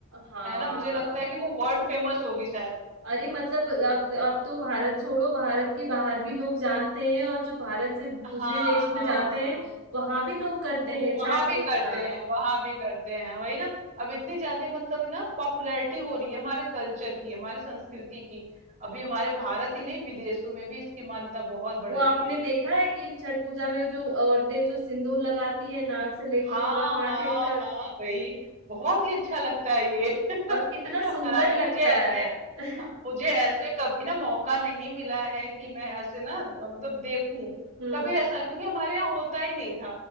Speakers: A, on the right; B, on the right.
A: हाँ
B: है ना मुझे लगता है कि वो वर्ल्ड फेमस होगी शायद
A: अरे मतलब अब अब तो भारत छोड़ो भारत के बाहर भी लोग जानते हैं और जो भारत से दूसरे
B: हाँ
A: देश में
B: हाँ
A: जाते
B: हाँ
A: हैं वहां भी लोग करते
B: वो
A: हैं
B: वहां
A: छठ
B: भी
A: पूजा
B: करते हैं वहां भी करते हैं वही ना अब इतनी ज्यादा मतलब ना पॉपुलैरिटी हो रही है हमारे कल्चर की हमारे संस्कृति की अभी हमारे भारत ही नहीं विदेशों में भी इसकी मान्यता बहुत बढ़
A: वो
B: रही
A: आपने
B: है
A: देखा है कि छठ पूजा में जो औरतें जो सिंदूर लगाती है नाक से लेके
B: हाँ,
A: पूरा माथे
B: हाँ,
A: तक
B: हाँ, वही बहुत ही अच्छा लगता है ये <laughs>
A: और कितना
B: हालांकि
A: सुंदर लगता
B: मुझे ऐसे
A: है <laughs>
B: हाँ, मुझे ऐसे कभी ना मौका नहीं मिला है कि मैं ऐसे ना अ, मतलब देखूं
A: हम्म
B: कभी ऐसा क्योंकि हमारे यहाँ होता ही नहीं था